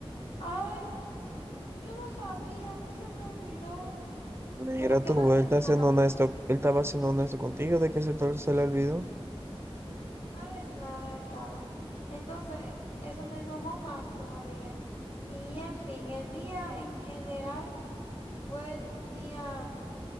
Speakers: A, on the left; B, on the right.
A: ay, yo no sabía, a mí se me olvidó.
B: Mira
A: Como que
B: tú,
A: nada
B: él
A: es
B: está
A: nada,
B: siendo honesto, él estaba siendo honesto contigo de que se, te- se le olvidó.
A: nada es nada, él estaba. Entonces, eso me enojó más todavía. Y en fin, el día en general fue un día,